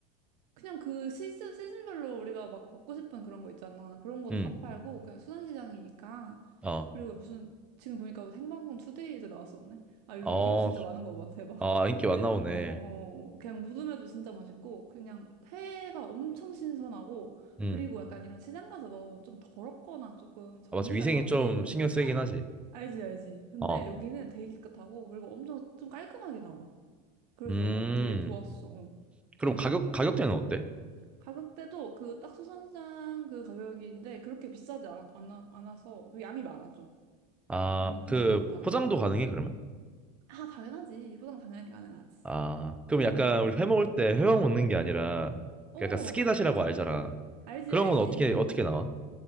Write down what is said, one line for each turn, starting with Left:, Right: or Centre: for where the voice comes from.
Right: 그냥 그 시즌, 시즌별로 우리가 막 먹고 싶은 그런 거 있잖아. 그런 거
Centre: 응,
Right: 다 팔고, 그냥 수산시장이니까.
Centre: 아,
Right: 그리고 무슨, 지금 보니까 뭐 생방송 투데이에도 나왔었네. 아, 리뷰
Centre: 아,
Right: 진짜 많은 거 봐. 대박.
Centre: 아, 인기 많나 보네.
Right: 어, 그냥 무듬에도 진짜 맛있고, 그냥 회가 엄청 신선하고,
Centre: 응,
Right: 그리고 약간 이런 시장 가서 먹으면 좀 더럽거나 조금 정리가
Centre: 아, 맞지. 위생이
Right: 잘 안
Centre: 좀
Right: 돼 있는,
Centre: 신경 쓰이긴 하지.
Right: 알지, 알지. 근데
Centre: 어,
Right: 여기는 되게 깨끗하고, 그리고 엄청 좀 깔끔하게 나와. 그래서
Centre: 음.
Right: 되게 좋았어. 어. 좀
Centre: 그럼 가격 가격대는 어때?
Right: 가격대도 그 딱 수산시장 그 가격인데, 그렇게 비싸지 않, 않아, 않아서, 그 양이 많아, 좀.
Centre: 아,
Right: 양이 좀
Centre: 그
Right: 괜찮다.
Centre: 포장도
Right: 음.
Centre: 가능해 그러면?
Right: 아, 당연하지. 포장 당연히 가능하지.
Centre: 아, 그럼 약간
Right: 어.
Centre: 우리 회 먹을 때 회만 먹는 게 아니라
Right: 어,
Centre: 그 약간 스키다시라고 알잖아.
Right: 알지,
Centre: 그런
Right: 알지.
Centre: 건 어떻게 어떻게 나와?